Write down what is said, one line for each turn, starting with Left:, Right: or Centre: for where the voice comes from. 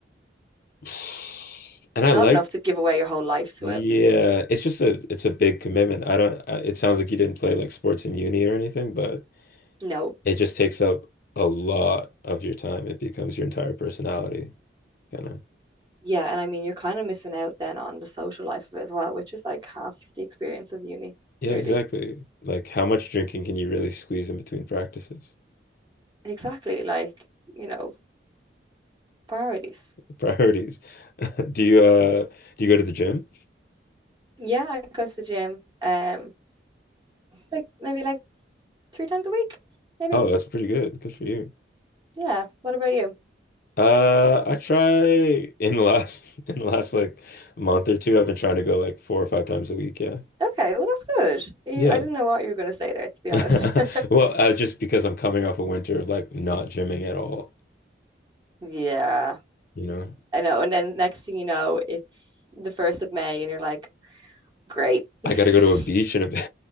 Left: <sighs> and I
Right: Not
Left: like
Right: enough to give away your whole life to
Left: yeah,
Right: it.
Left: it's just a it's a big commitment. I don't I, it sounds like you didn't play like sports in uni or anything, but
Right: No.
Left: it just takes up a lot of your time. It becomes your entire personality, kind of.
Right: Yeah, and I mean you're kind of missing out then on the social life of it as well, which is like half the experience of uni,
Left: Yeah,
Right: really.
Left: exactly. Like, how much drinking can you really squeeze in between practices?
Right: Exactly, like, you know, priorities.
Left: Priorities. <laughs> Do you uh do you go to the gym?
Right: Yeah, I go to the gym, um, like maybe like three times a week, maybe.
Left: Oh, that's pretty good. Good for you.
Right: Yeah. What about you?
Left: Uh, I try <laughs> in the last <laughs> in the last like month or two, I've been trying to go like four or five times a week. Yeah.
Right: Okay, well that's good. You,
Left: Yeah.
Right: I didn't know what you were going to say there, to be
Left: <laughs>
Right: honest. <laughs>
Left: Well, uh, just because I'm coming off a winter of like not gymming at all,
Right: Yeah.
Left: you know.
Right: I know. And then next thing you know, it's the first of May, and you're like, great, <laughs> it's
Left: I gotta go to a beach in a bit.